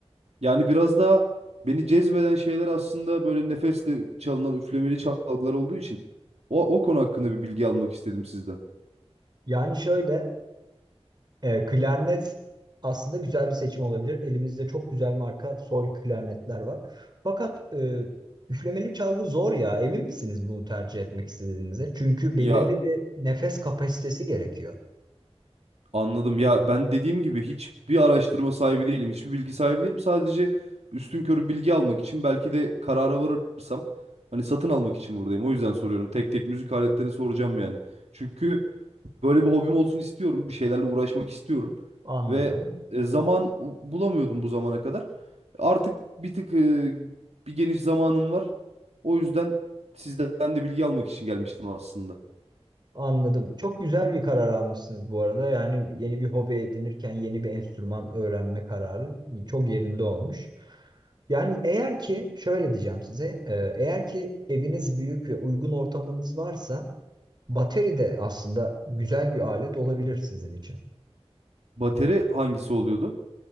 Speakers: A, on the right (about 75°); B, on the right (about 40°).
A: yani biraz daha beni cezbeden şeyler aslında böyle nefesle çalınan üflemeli çalgılar olduğu için o, o konu hakkında bir bilgi almak istedim sizden.
B: Yani şöyle E, klarnet aslında güzel bir seçim olabilir. Elimizde çok güzel marka sol klarnetler var. Fakat e, üflemeli çalgı zor ya. Emin misiniz bunu tercih etmek istediğinize? Çünkü
A: Ya
B: belirli bir nefes kapasitesi gerekiyor.
A: anladım. Ya ben dediğim gibi hiçbir araştırma sahibi değilim. Hiçbir bilgi sahibi değilim. Sadece üstünkörü bilgi almak için belki de karara varırsam hani satın almak için buradayım. O yüzden soruyorum. Tek tek müzik aletlerini soracağım yani. Çünkü Böyle bir hobim olsun istiyorum. Bir şeylerle uğraşmak istiyorum.
B: Anladım.
A: Ve e, zaman u- bulamıyordum bu zamana kadar. Artık bir tık e, bir geniş zamanım var. O yüzden sizden de bilgi almak için gelmiştim aslında.
B: Anladım. Çok güzel bir karar almışsınız bu arada. Yani yeni bir hobi edinirken yeni bir enstrüman öğrenme kararı çok yerinde olmuş. Yani eğer ki şöyle diyeceğim size, e, eğer ki eviniz büyük ve uygun ortamınız varsa Bateri de aslında güzel bir alet olabilir sizin için.
A: Bateri hangisi oluyordu?